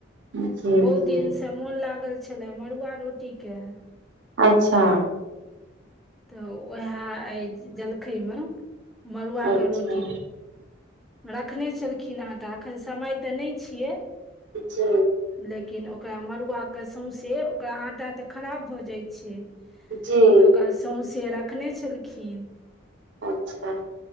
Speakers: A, on the right (about 60°); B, in the centre.
A: जी जी
B: बहुत दिन से मोन लागल छलय मड़आ रोटी के
A: अच्छा।
B: त उएह अइ जलखैमे मड़ुआके
A: अच्छा
B: रोटी रखने छलखिन हे तऽ एखन समय तऽ नहि छियै
A: जी
B: लेकिन ओकरा मड़आके सौसे ओकरा आटा तऽ खराब भऽ जाइत छै
A: जी
B: तऽ ओकरा सौसे रखने छलखिन
A: अच्छा